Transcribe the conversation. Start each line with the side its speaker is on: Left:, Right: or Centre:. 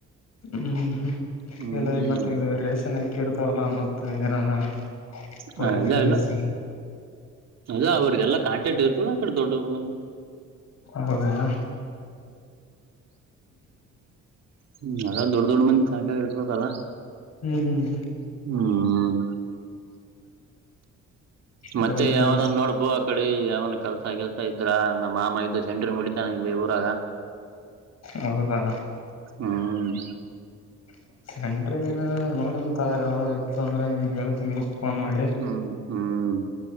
Left: ಹ್ಮ್್ಮ
Right: ಹ್ಮ್
Left: ಎಲ್ಲ ಈ ಮತ್ತೆ ಇದು ರೇಷನ್ ಅಕ್ಕಿ ಇರ್ತಾವಲ್ಲ ಮತ್ತ ಏನಾನ. ಪೊಲೀಸ್
Right: ಹ ಎಲ್ಲ
Left: ಗಿಲೀಸ್
Right: ಎಲ್ಲ ಅ ಅವರಿಗೆ ಎಲ್ಲ ಕಾಂಕ್ಟ್. ಕಡೆೊಡ್ಡಡ್ಡಂದಿ.
Left: ಹೌದನಾ.
Right: ಹ್ಮ್ ಅದ ದೊಡ್ಡ ದೊಡ್ಡ ಮಂದಿ ಕಂಟ ಇರ್ತದದ
Left: ಹ್ಮ್ ಹ್ಮ್
Right: ಹ್ಮ್.
Left: ಅದ್ರ
Right: ಮತ್ತೆ ಯಾವ್ದನ್ ನೋಡ್ಪು ಆ ಕಡೆ ಯಾವ <unintelligible> ಕೆಲ್ಸ- ಕೆಲ್ಸ ಇದ್ರ ನಮ್ಮ ಮಾಮ ಇದದು ಸೆಂಟ್ರ ಬಿಡಿತಾನೆ ಇಲ್ಲಿ ಊರಾಗ
Left: ಹೌದಾ
Right: ಹ್ಮ್
Left: <unintelligible> ನೀನ್ ನೋಡಂತ ಯಾವ್ದ ಇತ್ತು ಅಂದ್ರೆ ನೀನ್ ಹೇಳ್ತೀನಿ ಫೋನ್ ಮಾಡಿ
Right: ಹ್ಮ್ ಹ್ಮ್